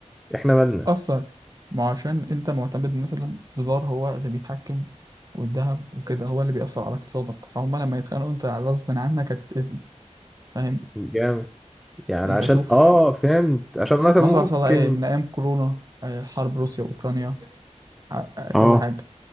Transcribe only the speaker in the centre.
احنا مالنا
جامد يعني
عشان
اه فهمت عشان مثلا
ممكن
اه